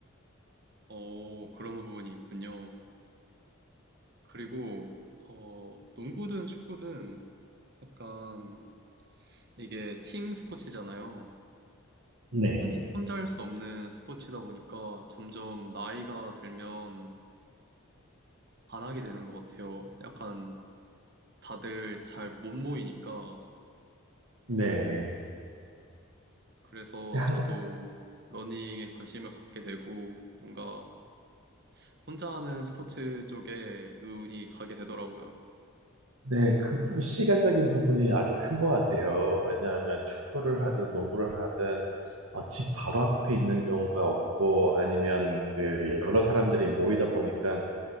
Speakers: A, on the right; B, on the right.
A: 어, 그런 부분이 있군요. 그리고 어, 농구든 축구든 약간 이게 팀 스포츠잖아요.
B: 네.
A: 혼- 혼자 할 수 없는 스포츠다 보니까 점점 나이가 들면 안 하게 되는 것 같아요. 약간 다들 잘 못 모이니까
B: 네.
A: 그래서
B: 근데 항상
A: 저도 러닝에 관심을 갖게 되고 뭔가 혼자 하는 스포츠 쪽에 눈이 가게 되더라고요.
B: 네, 그 부- 시간적인 부분이 아주 큰 것 같아요. 왜냐하면 축구를 하든 농구를 하든 어, 집 바로 앞에 있는 경우가 없고 아니면 그 여러 사람들이 모이다 보니까